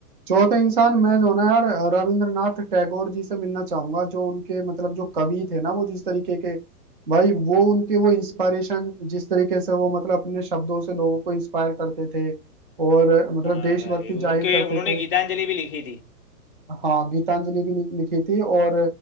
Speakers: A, on the right; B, on the left.
A: चौथे इंसान मैं जो ना यार रविंद्रनाथ टैगोर जी से मिलना चाहूंगा जो उनके मतलब जो कवि थे ना वो जिस तरीके के भाई वो उनके वो इंस्पायरेशन जिस तरीके से वो मतलब अपने शब्दों से लोगों को इंस्पायर करते थे और मतलब
B: हाँ
A: देशभक्ति
B: भाई
A: जाहिर
B: उनके
A: करते
B: उन्होंने
A: थे
B: गीतांजलि भी लिखी थी
A: हाँ गीतांजलि भी लि- लिखी थी और